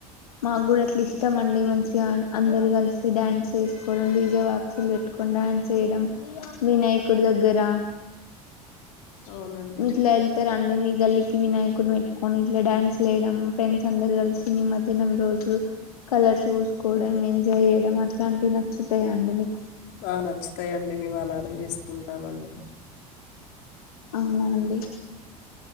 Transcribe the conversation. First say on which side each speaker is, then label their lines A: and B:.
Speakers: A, on the left; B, on the left.
A: మాకు కూడా అట్లా ఇష్టం అండి మంచిగా అందరు కలిసి డాన్స్ చేసుకోవడం డీజే బాక్సులు పెట్టుకోడం డాన్స్ చేయడం వినాయకుడి దగ్గరా
B: అవునండి
A: మీట్లా వెళ్తే రండి మీ గల్లికి వినాయకుడిని పెట్టుకొని ఇట్లా డ్యాన్స్ లేయడం ఫ్రెండ్స్ అందరు కలిసి నిమజ్జనం రోజు కలర్స్ పుసుకోవడం ఎంజాయ్ చేయడం అట్లాంటివి నచ్చుతాయా అండి మీకు
B: ఆ నచ్చుతాయిండి మేము అలానే చేసుకుంటామండి
A: అవునా అండి